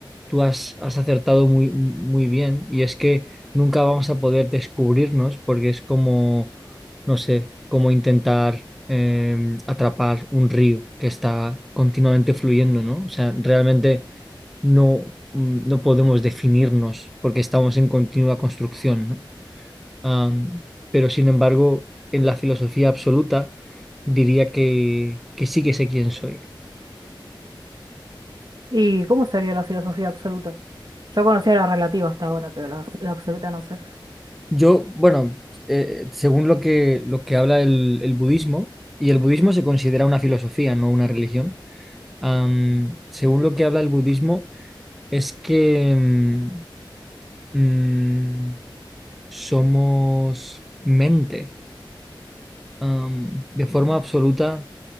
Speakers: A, in the centre; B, on the right.
A: tú has, has acertado muy, muy bien y es que nunca vamos a poder descubrirnos porque es como, no sé, como intentar eh, atrapar un río que está continuamente fluyendo, ¿no? O sea, realmente no, mm, no podemos definirnos porque estamos en continua construcción, ¿no? Am, pero sin embargo, en la filosofía absoluta diría que, que sí que sé quién soy.
B: ¿Y cómo sería la filosofía absoluta? Yo conocía la relativa hasta ahora, pero la, la absoluta no sé.
A: Yo, bueno, eh, según lo que, lo que habla el, el budismo, y el budismo se considera una filosofía, no una religión, am, según lo que habla el budismo es que mm, mm, somos mente, am, de forma absoluta